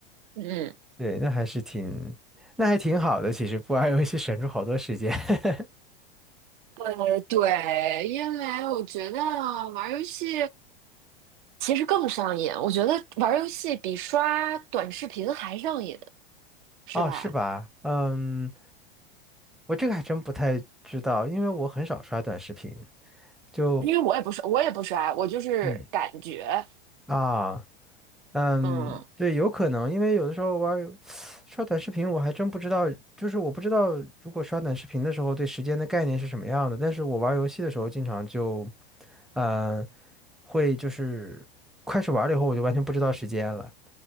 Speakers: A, on the right; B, in the centre.
A: 嗯。
B: 对，那还是挺，那还挺好的。其实不玩游戏省出好多时间。<laughs>
A: 呃，对，因为我觉得玩儿游戏其实更上瘾，我觉得玩儿游戏比刷短视频还上瘾，是吧？
B: 哦，是吧？嗯，我这个还真不太知道，因为我很少刷短视频，就
A: 因为我也不刷，我也不刷，我就是感觉。
B: 嗯，啊。嗯，
A: 嗯，
B: 对，有可能，因为有的时候玩儿刷短视频，我还真不知道，就是我不知道如果刷短视频的时候对时间的概念是什么样的。但是我玩儿游戏的时候，经常就，嗯，会就是开始玩了以后，我就完全不知道时间了。